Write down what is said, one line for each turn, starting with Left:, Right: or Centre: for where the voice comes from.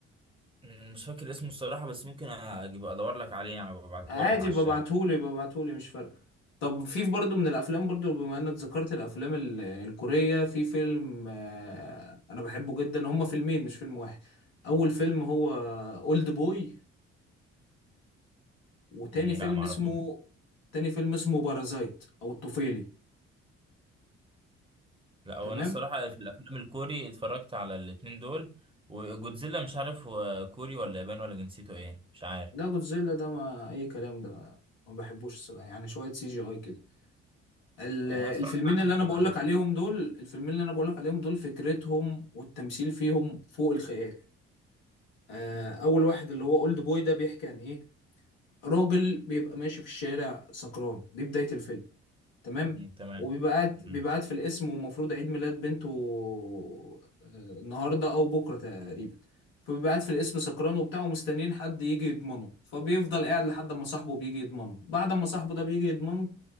Right: يعني مش فاكر اسمه الصراحة بس ممكن أجيب أدور لك عليه يعني ببعته
Left: عادي
Right: لك على
Left: ببعتهولي
Right: الشات
Left: ببعتهولي مش فارقه طب في برضه من الافلام برضه بما انك ذكرت الافلام ال- الكوريه في فيلم آه، انا بحبه جدا هما فيلمين مش فيلم واحد اول فيلم هو اولد بوي وتاني
Right: مم،
Left: فيلم
Right: لا معرفوش
Left: اسمه تاني فيلم اسمه بارازايت او الطفيلي
Right: لا هو
Left: تمام
Right: انا الصراحه في الافلام الكوري اتفرجت على الاتنين دول وجودزيلا مش عارف هو كوري ولا ياباني ولا جنسيته ايه مش عارف
Left: ده جودزيلا ده ما اي كلام ده ما بحبوش الصراحة. يعني شويه سي جي اي كده ال-
Right: انا
Left: الفيلمين
Right: اتفرجت عليه
Left: اللي انا بقولك
Right: يعني
Left: عليهم دول الفيلمين اللي انا بقولك عليهم دول فكرتهم والتمثيل فيهم فوق الخيال آه، اول واحد اللي هو اولد بوي ده بيحكي عن ايه راجل بيبقى ماشي في الشارع سكران دي بداية الفيلم تمام
Right: مم، تمام
Left: وبيبقى قاعد
Right: مم،
Left: بيبقى قاعد في القسم ومفروض عيد ميلاد بنته آه، النهارده او بكره تقريبا فبيبقى قاعد في القسم سكران وبتاع ومستنيين حد يجي يضمنه فبيفضل قاعد لحد ما صاحبه بيجي يضمنه بعد ما صاحبه ده بيجي يضمنه